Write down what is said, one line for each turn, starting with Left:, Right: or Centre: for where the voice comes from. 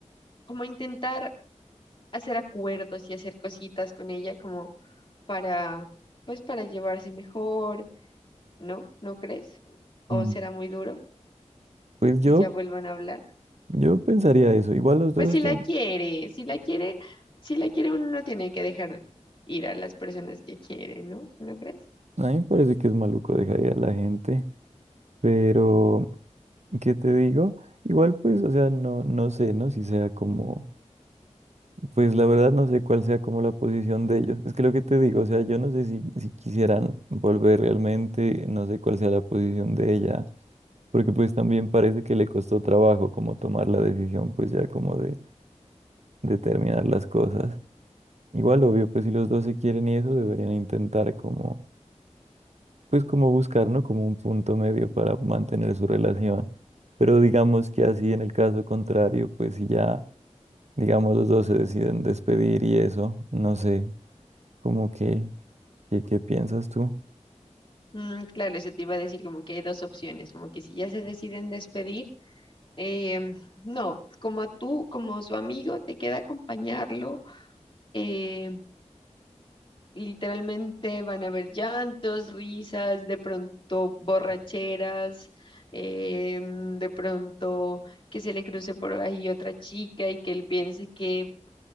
Left: como intentar hacer acuerdos y hacer cositas con ella como para, pues para llevarse mejor, ¿no? ¿No crees? ¿O
Right: Mm.
Left: será muy duro
Right: Pues
Left: que
Right: yo,
Left: ya vuelvan a hablar?
Right: yo pensaría eso. Igual los dos
Left: Pues si
Right: están,
Left: la quiere, si la quiere, si la quiere uno no tiene que dejar ir a las personas que quiere, ¿no? ¿No crees?
Right: a mí me parece que es maluco dejaría a la gente, pero ¿qué te digo? Igual pues, o sea, no, no sé, ¿no? Si sea como Pues la verdad no sé cuál sea como la posición de ellos. Es que lo que te digo, o sea, yo no sé si, si quisieran volver realmente, no sé cuál sea la posición de ella, porque pues también parece que le costó trabajo como tomar la decisión, pues ya como de, de terminar las cosas. Igual, obvio, pues si los dos se quieren y eso, deberían intentar como, pues como buscar, ¿no? Como un punto medio para mantener su relación. Pero digamos que así en el caso contrario, pues si ya, digamos, los dos se deciden despedir y eso, no sé. como que, qué ¿qué piensas tú?
Left: Mm, claro, eso te iba a decir como que hay dos opciones, como que si ya se deciden despedir, em, no, como tú, como su amigo, te queda acompañarlo, em, Literalmente van a haber llantos, risas, de pronto borracheras, em, de pronto que se le cruce por ahí otra chica y que él piense que